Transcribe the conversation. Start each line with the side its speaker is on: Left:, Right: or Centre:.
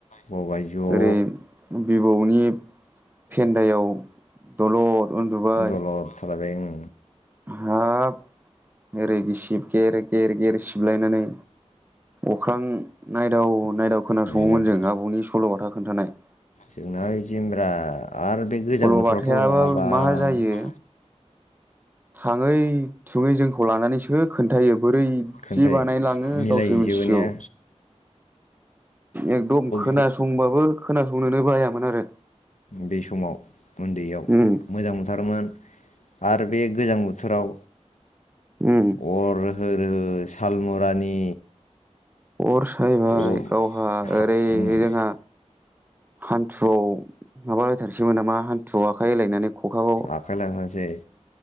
Left: बबाय ज'नो
Right: ओरै बिबौनि फेन्दायाव दलद उन्दुबाय
Left: दलद थालायबाय ओं।
Right: हाब ओरै गासिब गेर गेर गेर सिबलायनानै अख्रां नायदाव नायदाव खोनासङोमोन
Left: नैयाव
Right: जों आबौनि स सल'बाथा खोन्थानाय।
Left: जोंना जिमब्रा आरो बे गोजां
Right: सल'बाथायाबा
Left: बोथोरावथ' हाबाब
Right: मा जायो थाङै थुङै जोंखौ लानानैसो खोन्थायो। बोरैदि
Left: खोन्थायो
Right: बानायलाङो
Left: मिलायहैजोबो
Right: गावसो मिथिसिगौ।
Left: ने अ
Right: एकदम खोनासंबाबो
Left: गो
Right: खोनासंनोनो बायामोन आरो
Left: बे समाव उन्दैयाव
Right: उम
Left: मोजां मोनथारोमोन। आरो बे गोजां बोथोराव
Right: उम
Left: अर हो रोहो सालमुरानि
Right: अर सायबाय
Left: अर
Right: गावहा
Left: हा
Right: ओरै
Left: उम
Right: जोंहा। हानथुआव माबाहोथारसैमोन नामा हान्थुआव आखाइ होलायनानै खखाखौ
Left: आखाइ लांहोसै